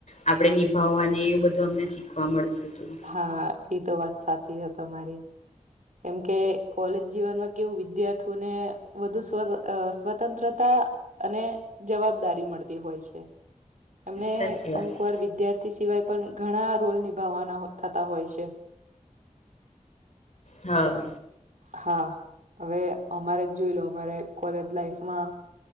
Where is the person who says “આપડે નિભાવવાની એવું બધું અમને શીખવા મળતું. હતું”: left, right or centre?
Left